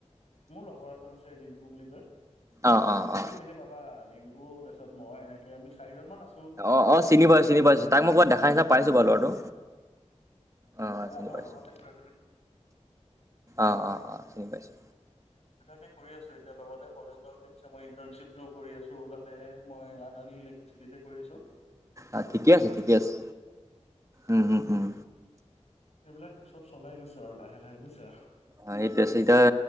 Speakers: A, on the left; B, on the right.
A: মোৰ লগৰ এজন আছে ৰিংকু বুলি কয়
B: অ অ
A: তুমি
B: অ
A: চিনি পাবা ৰিংকু কো তাৰিছত মই এনেকে আমি চাৰিজন মান আছোঁ
B: অ অ চিনি পাইছো চিনি পাইছো তাক মই ক'বাত দেখা নিচিনা পাইছো বাৰো লৰাটো অ
A: হে
B: চিনি
A: আমাৰ
B: পাইছো
A: লগতে ঘূৰে তুমি
B: অ অ অ চিনি পাইছো
A: দুইটাই কৰি আছো এতিয়া লগতে কলেজৰ ফাইজমৰ ইন্তৰ্নচিভ টো কৰি আছো ত মই আদানী ইলেক্ট্ৰিচিটিতে কৰি আছোঁ
B: অ ঠিকে আছে ঠিকে আছে উম উম উম
A: এইেইবিলাক চব চলাই গৈছো আৰু লাহে লাহে বুজিছা
B: অ সেইটো আছে এতিয়া